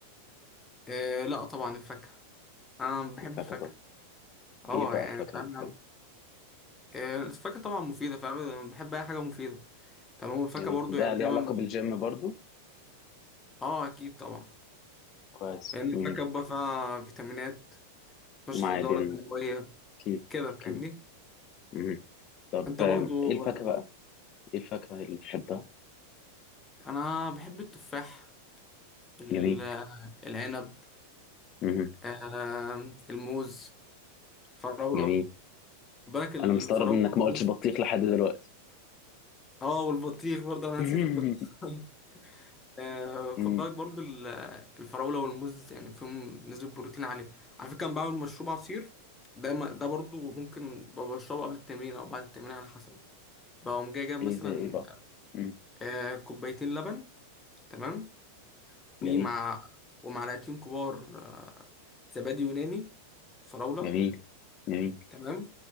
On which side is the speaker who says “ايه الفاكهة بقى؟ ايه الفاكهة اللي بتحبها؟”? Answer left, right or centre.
Left